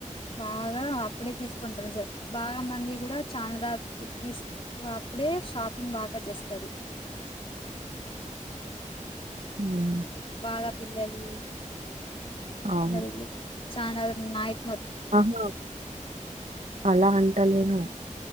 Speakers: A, on the left (about 45°); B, on the right (about 65°).
A: బాగా. అప్పుడే తీసుకుంటాం సార్ బాగా మంది కూడా చాల రాత్రి తీసు అప్పుడే షాపింగ్ బాగా చేస్తారు.
B: హ్మ్.
A: బాగా పిల్లలు.
B: అవును
A: నాలుగురు. చానా నాయిట్.
B: ఆహా అలా అంటలేను